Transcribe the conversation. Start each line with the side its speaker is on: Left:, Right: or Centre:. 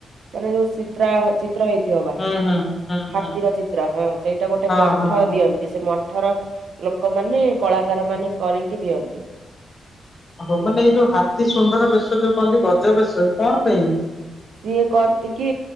Right: ମାନେ ଯୋଉ ଚିତ୍ରା <unintelligible> ତ୍ର ହେଇଥିବ ବା
Left: ହୁଁ ହୁଁ ହୁଁ ହୁଁ
Right: ହାତୀର ଚିତ୍ର ହଁ ସେଇଟା ଗୋଟେ
Left: ହଁ
Right: ମଠ
Left: ହଁ।
Right: ଦିଅନ୍ତି ସେ ମ ଠର ଲୋକମାନେ କଳାକାରମାନେ କରିକି ଦିଅନ୍ତି।
Left: ଅ ହଉ ମାନେ ଯୋଉ ହାତୀ ସୁଣ୍ଢର ବେଶ ଯୋଉ କହନ୍ତି ଗଜ ବେଶ କଣପାଇଁ?
Right: ସିଏ କହନ୍ତି କି।